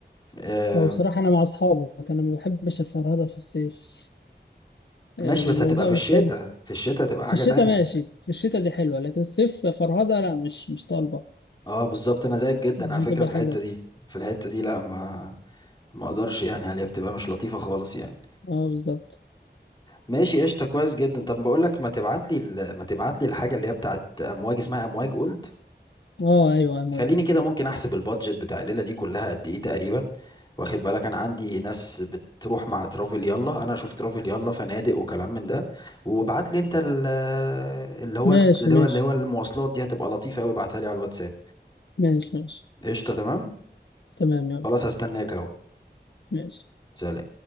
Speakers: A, on the left; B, on the left.
A: آه
B: هو بصراحه انا مع اصحابك انا ما بحبش الفرهده في الصيف آه،
A: ماشي
B: الموضوع
A: بس هتبقى في الشتاء
B: مش حلو
A: في الشتاء هتبقى حاجة
B: في الشتاء
A: تانية
B: ماشي في الشتاء دي حلوة لكن الصيف فرهدة لا مش مش طالبة
A: اه بالظبط أنا زيك جدا
B: مش
A: على
B: بتبقى
A: فكرة في
B: حلوة
A: الحتة دي في الحتة دي لا ما ما اقدرش يعني عليها بتبقى مش لطيفة خالص يعني
B: اه بالظبط
A: ماشي قشطة كويس جدا طب بقول لك ما تبعت لي ال- ما تبعت لي الحاجة اللي هي بتاعت امواج اسمها امواج قلت
B: اه ايوه يا موافق
A: خليني كده ممكن احسب البادجت بتاع الليلة دي كلها قد ايه تقريبا واخد بالك انا عندي ناس بتروح مع ترافل يلا انا اشوف ترافل يلا فنادق وكلام من ده وابعت لي انت ال- اللي هو
B: ماشي
A: اللي
B: ماشي
A: هو اللي هو المواصلات دي هتبقى لطيفة قوي ابعتها لي على الواتساب
B: ماشي ماشي
A: قشطة تمام
B: تمام يلا
A: خلاص هستناك اهو
B: ماشي
A: سلام